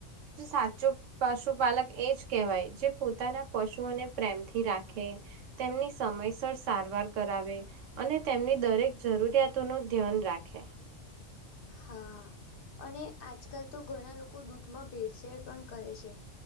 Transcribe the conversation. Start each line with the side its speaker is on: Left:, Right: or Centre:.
Right: તુ સાચો. પશુપાલક એ જ કહેવાય જે પોતાના પશુઓને પ્રેમથી રાખે તેમની સમયસર સારવાર કરાવે. અને તેમની દરેક જરૂરિયાતો નો ધ્યાન રાખે
Left: હા. અને આજકાલ તો ઘણા લોકો દૂધમાં ભેળસેેળ પણ કરે છે.